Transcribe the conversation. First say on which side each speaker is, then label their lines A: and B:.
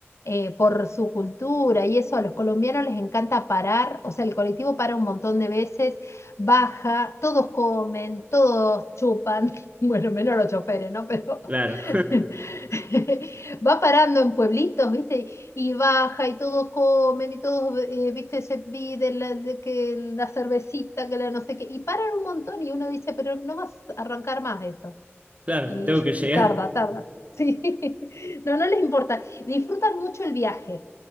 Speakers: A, on the left; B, on the right.
A: eh, por su cultura y eso, a los colombianos les encanta parar, o sea, el colectivo para un montón de veces, baja, todos comen, todos chupan, <laughs> bueno, menos los choferes, ¿no? Pero
B: Claro,
A: <laughs> va parando en pueblitos, ¿viste? y baja y todos comen y todos, eh, viste, se piden la, de que la cervecita, que la no sé qué, y paran un montón y uno dice, pero no vas a arrancar más esto.
B: <laughs> claro,
A: Y
B: tengo que llegar.
A: <laughs> tarda, tarda. Sí, <laughs> no, no les importa. Disfrutan mucho el viaje.